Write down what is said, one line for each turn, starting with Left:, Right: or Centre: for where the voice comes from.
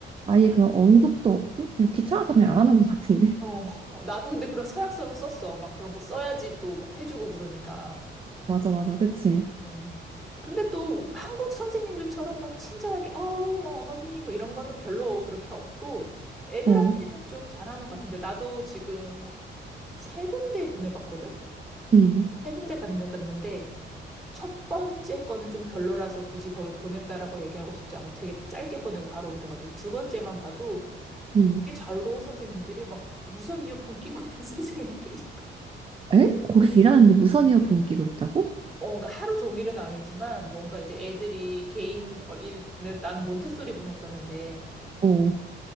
Right: 아예 그런 언급도 없고, 그냥 귀찮아서 그냥 안 하는 것 같은데. <laughs>
Centre: 어, 어, 나도 근데 그런 서약서는 썼어. 막 그런 거 써야지 또 막 해주고 그러니까.
Right: 맞아, 맞아, 그치?
Centre: 음. 근데 또 한국 선생님들처럼 막 친절하게, 어우, 뭐, 어머니, 뭐 이런 거는 별로 그렇게 없고, 애들한테는
Right: 어,
Centre: 좀 잘하는 것 같은데, 나도 지금 세 군데 보내봤거든?
Right: 응,
Centre: 세 군데 보내봤는데 첫 번째 거는 좀 별로라서 굳이 거길 보냈다라고 얘기하고 싶지 않고 되게 짧게 보내고 바로 옮겨가지고 두 번째만 봐도
Right: 응.
Centre: 되게 자유로운 선생님들이 막 무선 이어폰 끼고 있는 <laughs> 선생님들도 있고
Right: 에? 거기서 일하는데 무선 이어폰을 끼고 있다고?
Centre: 어, 그러니까 하루 종일은 아니지만 뭔가 이제 애들이 개인 어, 일 내- 나는 몬테소리 보냈었는데
Right: 어,